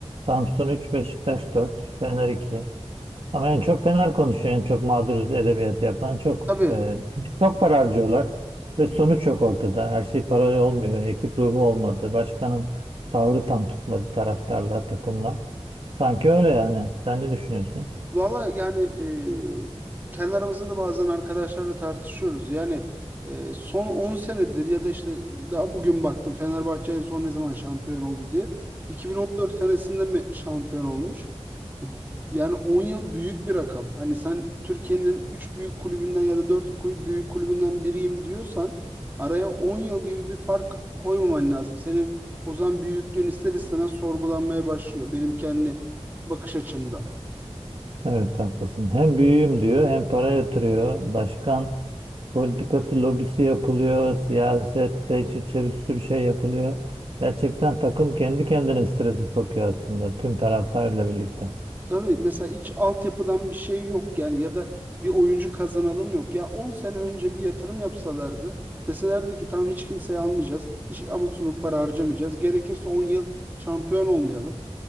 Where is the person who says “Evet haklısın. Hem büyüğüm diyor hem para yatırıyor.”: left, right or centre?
Right